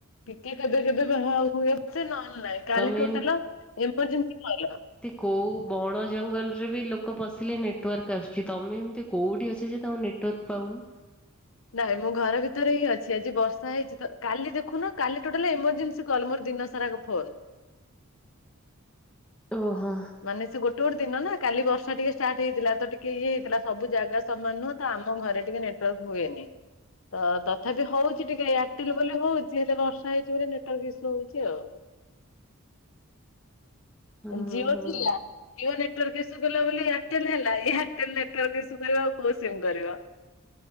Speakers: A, on the left; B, in the centre.
A: ଟିକେ କେବେ କେବେ ବାହା <unintelligible> ନହେଲେ ନାଇଁ କାଲି
B: ତମେ
A: ଟୋଟାଲ ଏମର୍ଜେନ୍ସି କଲ
B: କୋଉଁ ବଣ ଜଙ୍ଗଲରେ ବି ଲୋକ ପଶିଲେ ନେଟୱାର୍କ ଆସୁଛି ତମେ ଏମିତି କୋଉଠି ଅଛ ଯେ ତମ ନେଟୱାର୍କ ପାଉନି
A: ନାଇଁ ମୁଁ ଘର ଭିତରେ ହିଁ ଅଛି ଆଜି ବର୍ଷା ହେଇଛି ତ କାଲି ଦେଖୁନ କାଲି ଟୋଟାଲ ଏମର୍ଜେନ୍ସି କଲ୍ ମୋର ଦିନ ତାର୍ ଆଗ ଫୋନ୍
B: ଓହୋ
A: ମାନେ ସେ ଗୋଟ ଗୋଟେ ଦିନ ନା କାଲି ବର୍ଷା ଟିକେ ଷ୍ଟାର୍ଟ ହେଇଥିଲା ତ ଟିକେ ଇଏ ହେଇଥିଲା ସବୁ ଜାଗା ସମାନ ନୁହଁ ତ ଆମ ଘରେ ଟିକେ ନେଟୱାର୍କ ହୁଏନି ତ ତଥାପି ହଉଛି ଟିକେ ଏୟାରଟେଲ ବୋଲି ହଉଛି ହେଲେ ବର୍ଷା ହେଇଛି ବୋଲି ନେଟୱାର୍କ ଇସୁ ହଉଛି ଆଉ
B: ହୁଁ
A: ଜିଓ
B: ହୁଁ।
A: ଥିଲା ଜିଓ ନେଟୱାର୍କ ଇସୁ କଲା ବୋଲି କେଲେ ହେଲା ଏଆ ଏହାରଟେଲ ନେଟୱାର୍କ ଇସୁ କରିବାଉ କୋଉ ସିମ୍ କରିବା